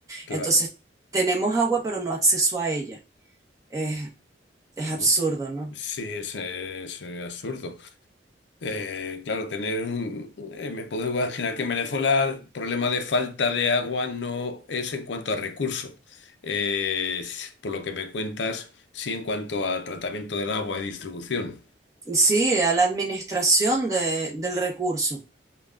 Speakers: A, on the left; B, on the right.
A: claro.
B: Entonces tenemos agua pero no acceso a ella. Es, es
A: Mm.
B: absurdo, ¿no?
A: Sí, es, es absurdo. Eh, claro, tener un... eh, me puedo imaginar que en Venezuela el problema de falta de agua no es en cuanto a recurso. Eh, por lo que me cuentas, sí en cuanto a tratamiento del agua y distribución.
B: Y sí, a la administración de- del recurso.